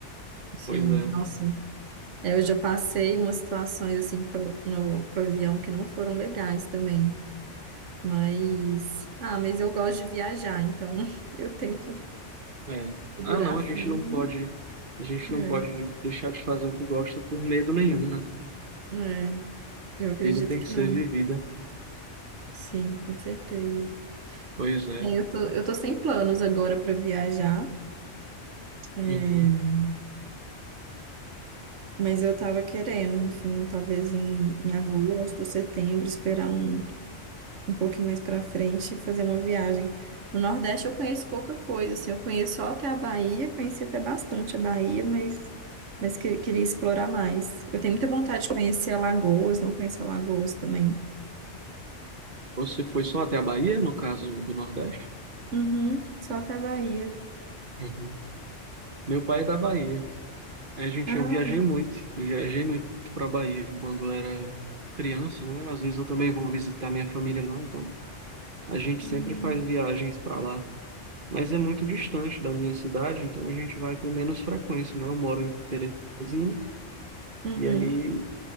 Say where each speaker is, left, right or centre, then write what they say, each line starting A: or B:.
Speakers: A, on the right; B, on the right.
A: sim,
B: pois é,
A: nossa. É, Eu já passei umas situações, assim, co- no, com o avião que não foram legais também. Mas, ah, mas eu gosto de viajar, então <laughs> eu tento
B: é.
A: segurar
B: Ah, não,
A: firme.
B: a gente não pode, a gente
A: É,
B: não pode deixar de fazer o que gosta por medo nenhum, né?
A: é, eu acredito
B: Vida tem
A: que
B: que ser
A: não.
B: vivida.
A: Sim, com certeza.
B: Pois é.
A: É, eu tô, eu tô sem planos agora para viajar, é,
B: Uhum,
A: mas eu tava querendo, enfim, talvez em, em agosto, setembro, esperar um, um pouquinho mais para frente e fazer uma viagem. No Nordeste eu conheço pouca coisa, assim, eu conheço só até a Bahia, conheci até bastante a Bahia, mas, mas que- queria explorar mais. Eu tenho muita vontade de conhecer Alagoas, não conheço Alagoas também.
B: Você foi só até a Bahia, no caso do Nordeste?
A: Uhum, só até a Bahia.
B: uhum. Meu pai é da Bahia. a gente,
A: Ah,
B: eu viajei muito. Eu Viajei muito para Bahia quando era criança, né? Às vezes eu também vou visitar minha família lá, então a gente
A: uhum.
B: sempre faz viagens para lá. Mas é muito distante da minha cidade, então a gente vai com menos frequência, né? Eu moro em Teresina
A: uhum.
B: e aí